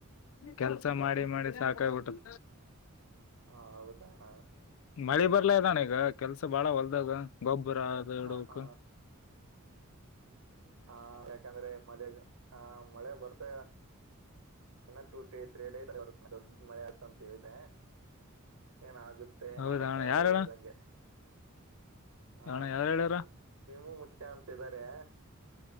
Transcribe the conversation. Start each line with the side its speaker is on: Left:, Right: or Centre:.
Left: ಕೆಲ್ಸ ಮಾಡಿ ಮಾಡಿ ಸಾಕಾಗಬಿಟ್ಟದ
Right: ಹಾ ಹೌದ ಅಣ್ಣ
Left: ಮಳಿ ಬರ್ಲಾ ಇದ ಅಣ್ಣ ಈಗ ಕೆಲ್ಸ ಬಾಳ ಹೊಲ್ದಾಗ ಗೊಬ್ಬರ ಅದು ಇಡಕ್
Right: ಹ ಹ ಹಾ ಯಾಕಂದ್ರೆ ಮದ ಹ ಮಳೆ ಬರ್ತ ಇನ ಟು ಟಿ ತ್ರೀ ಡೇಸ್ರುತ್ತ ದೊಡ್ ಮಳೆ ಆತಂತ್ದ ಏನ ಆ ಮತ್ತೆ
Left: ಹೌದಾ
Right: ಮಾಡುತ್ತಾ
Left: ಅಣ್ಣ
Right: ಅವ್ರು
Left: ಯಾರಣ್ಣ
Right: ಹೇಳ್ದಂಗೆ ಹ್ಮ
Left: ಅಣ್ಣ ಯಾರ ಹೇಳ್ಯಾರ
Right: ಭೀಮು ಮುಂತ್ಯಾ ಅಂತ ಇದಾರೆ